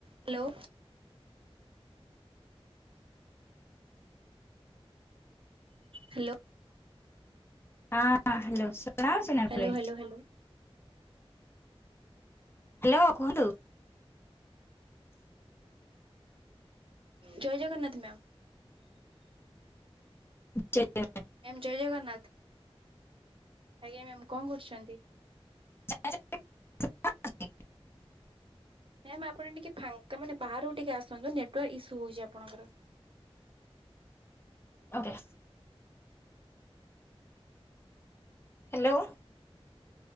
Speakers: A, on the right; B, on the left.
A: Hello. Hello.
B: ହଁ hello ଶଣାଉଛ ନା
A: Hello
B: ଏବେ?
A: hello hello hello
B: hello କୁହନ୍ତୁ?
A: ଜୟ ଜଗନ୍ନାଥ ମ୍ୟାମ୍।
B: ଆଚାା <inaudible>
A: ମ୍ୟାମ୍ ଜୟ ଜଗନ୍ନାଥ ଆଜ୍ଞା ମ୍ୟାମ୍ କଣ କରୁଛନ୍ତି?
B: <inaudible>
A: ମ୍ୟାମ୍ ଆପଣ ଟିକେ ଫାଙ୍କା ମାନେ ବାହାରକୁ ଟିକେ ଆସନ୍ତୁ ନେଟୱାର୍କ ଇସ୍ୟୁ ହଉଛି ଆପଣଙ୍କର।
B: ଓକେ। ହ୍ୟାଲୋ।